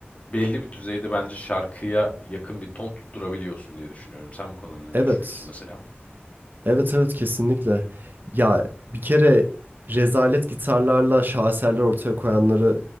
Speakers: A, on the left; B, on the right.
A: belli bir düzeyde bence şarkıya yakın bir ton tutturabiliyorsun diye düşünüyorum. Sen bu konuda ne
B: Evet.
A: düşünüyorsun mesela?
B: Evet evet kesinlikle. Ya bir kere rezalet gitarlarla şaheserler ortaya koyanları